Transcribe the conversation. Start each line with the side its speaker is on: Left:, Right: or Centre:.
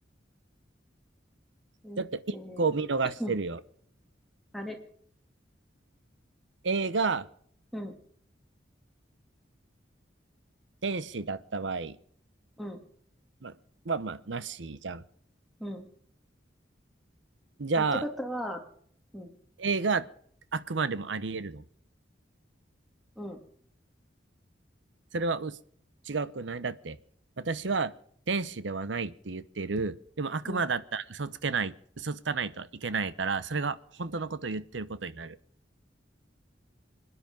Centre: え、
Right: ちょっと一個を見逃してるよ。
Centre: えーうん、あれ、
Right: A が
Centre: うん、
Right: 天使だった場合、
Centre: うん、
Right: まあ、まあまあ、なしじゃん。
Centre: うん。
Right: じゃあ、
Centre: あ、ってことは、うん、
Right: A があくまでもあり得るの
Centre: うん、
Right: それはうす違くないだって、私は天使ではないって言ってる。でも悪魔だったら嘘つけない、
Centre: うん。
Right: 嘘つかないといけないから、それが本当のことを言ってることになる。